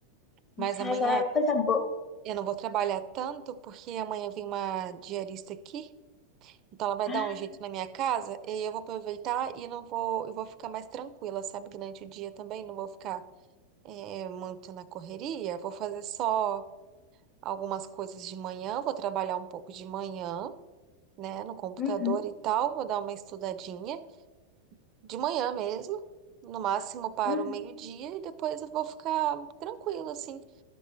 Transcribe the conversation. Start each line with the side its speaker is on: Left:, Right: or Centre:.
Right: mas
Left: Em casa
Right: amanhã
Left: é coisa boa.
Right: eu não vou trabalhar tanto, porque amanhã vem uma diarista aqui. Então ela vai
Left: Ah,
Right: dar um jeito na minha casa e aí eu vou aproveitar e não vou, eu vou ficar mais tranquila, sabe? Durante o dia também não vou ficar eh, muito na correria. Vou fazer só algumas coisas de manhã, vou trabalhar um pouco de manhã, né, no computador
Left: uhum,
Right: e tal, vou dar uma estudadinha de manhã mesmo, no máximo para
Left: uhum.
Right: o meio-dia e depois eu vou ficar tranquila assim,